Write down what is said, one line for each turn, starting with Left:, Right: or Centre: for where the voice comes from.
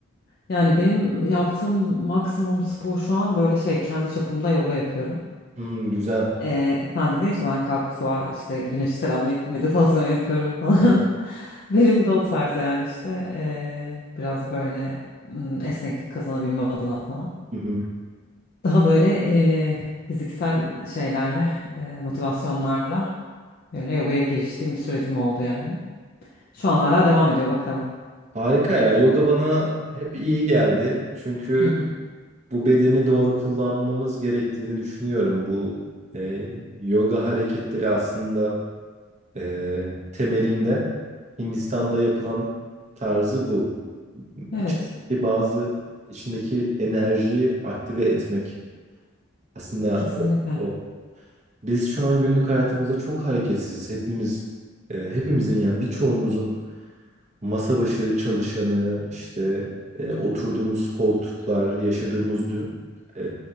Left: Yani benim yaptığım maksimum spor şu an böyle şey kendi çapımda yoga yapıyorum.
Right: Hmm, güzel.
Left: Ee, sen dedin ya işte ben kalkıp sabah işte güneşi selamlayıp meditasyon yapıyorum falan.
Right: Evet.
Left: <laughs> Benim de o tarz yani işte ee, biraz böyle hmm, esneklik kazanabilmem adına falan.
Right: Hı hı.
Left: Daha böyle eee, fiziksel şeylerle, eee, motivasyonlarla böyle yogaya giriştiğim bir sürecim oldu yani. Şu an hala devam ediyor bakalım.
Right: Harika ya. Yoga bana hep iyi geldi. Çünkü
Left: Hı hı.
Right: bu bedeni doğru kullanmamız gerektiğini düşünüyorum. Bu e, yoga hareketleri aslında e, temelinde Hindistan'da yapılan tarzı bu.
Left: Evet,
Right: İçindeki bazı içindeki enerjiyi aktive etmek aslında
Left: kesinlikle.
Right: o, o Biz şu an günlük hayatımızda çok hareketsiz. Hepimiz, e, hepimizin yani birçoğumuzun masa başı çalışanı, işte e, oturduğumuz koltuklar, yaşadığımız dün, e,